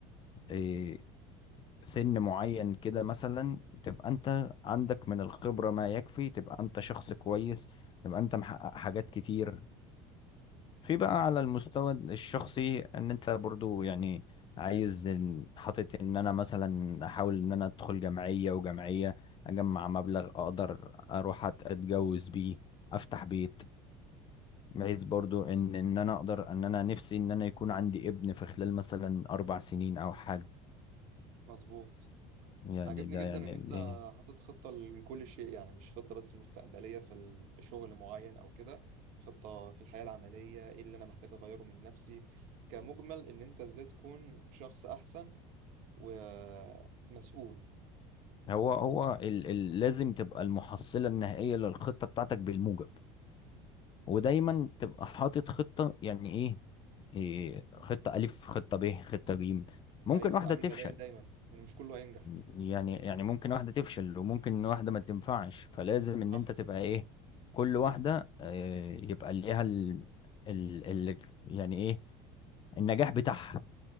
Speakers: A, on the left; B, on the right.
A: إيه، سن معين كده مثلا تبقى انت عندك من الخبرة ما يكفي تبقى انت شخص كويس تبقى انت محقق حاجات كتير في بقى على المستوى الشخصي ان انت برضو يعني عايز إن- حاطط ان انا مثلا احاول ان انا ادخل جمعية وجمعية اجمع مبلغ اقدر اروح أت- اتجوز بيه افتح بيت بحيث برضو ان ان انا اقدر ان انا نفسي ان انا يكون عندي ابن في خلال مثلا اربع سنين او حاجة
B: مظبوط
A: يعني
B: عجبني
A: ده
B: جدا
A: يعني
B: ان انت
A: دي
B: حاطط خطة لكل شيء يعني مش خطة بس مستقبلية في ال... في شغل معين او كده خطة في الحياة العملية ايه اللي انا محتاج اغيره من نفسي كمجمل ان انت ازاي تكون شخص احسن ومسؤول
A: هو هو ال ال لازم تبقى المحصلة النهائية للخطة بتاعتك بالموجب ودايما تبقى حاطط خطة يعني ايه إيه، خطة ألف خطة ب خطة جيم ممكن
B: ايوه
A: واحدة
B: تعمل
A: تفشل
B: بدائل دايما لان مش كله هينجح
A: يعني يعني ممكن واحدة تفشل وممكن واحدة ما تنفعش فلازم إن
B: صح
A: أنت تبقى إيه كل واحدة آه، يبقى ليها ال... ال... ال... يعني إيه النجاح بتاعها